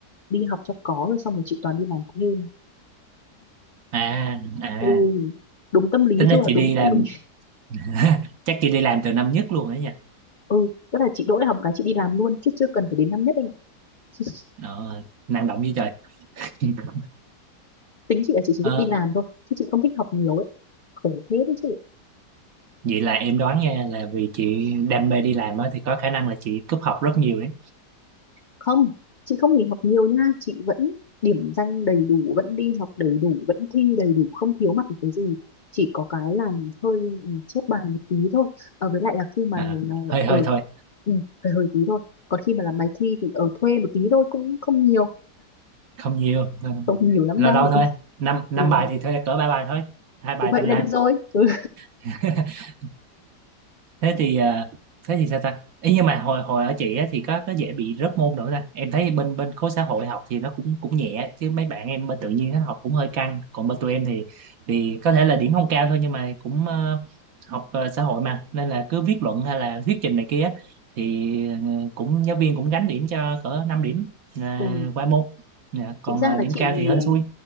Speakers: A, on the left; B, on the right.
A: đi học cho có rồi xong rồi chị toàn đi làm thêm
B: à à
A: ừ đúng tâm lý
B: tính ra
A: chứ
B: chị
A: ạ đúng
B: đi làm
A: tâm lý
B: <laughs> chắc chị đi làm từ năm nhất luôn đấy nha
A: ừ tức là chị đỗ đại học cái chị đi làm luôn chứ chưa cần phải đến năm nhất em ạ <laughs>
B: Ờ, năng động như trời <laughs>
A: tính chị là chị chỉ
B: Ờ,
A: thích đi làm thôi chứ chị không thích học nhiều ấy khổ thế đấy chứ
B: vậy là em đoán nha là vì chị đam mê đi làm á thì có khả năng là chị cúp học rất nhiều đấy
A: không chị không nghỉ học nhiều nha chị vẫn điểm danh đầy đủ vẫn đi học đầy đủ vẫn thi đầy đủ không thiếu mặt một cái gì chỉ có cái là hơi ừ, chép bài một tí thôi à, với lại là khi mà
B: à,
A: mà
B: hơi hơi
A: ở
B: thôi
A: ừ, hơi hơi tí thôi còn khi mà làm bài thi thì ở thuê một tí thôi cũng không nhiều
B: không nhiều
A: không nhiều lắm
B: lâu
A: đâu
B: lâu thôi năm năm
A: ừ.
B: bài thì thôi cỡ ba bài thôi hai bài
A: thế vậy
B: tự
A: là
B: làm
A: được rồi ừ.
B: <laughs> thế thì ờ, thế thì sao ta ý nhưng mà hồi hồi ở chị á, thì có có dễ bị rớt môn nữa ta em thấy bên bên khối xã hội học thì nó cũng cũng nhẹ chứ mấy bạn em bên tự nhiên nó học cũng hơi căng còn bên tụi em thì thì có thể là điểm không cao thôi nhưng mà cũng ờ, học ờ, xã hội mà nên là cứ viết luận hay là thuyết trình này kia á, thì ờ, cũng giáo viên cũng gánh điểm cho cỡ 5 điểm là
A: Ừ.
B: qua môn Dạ,
A: chính
B: còn
A: ra
B: ờ,
A: là
B: điểm
A: chị
B: cao thì hên
A: ờ,
B: xui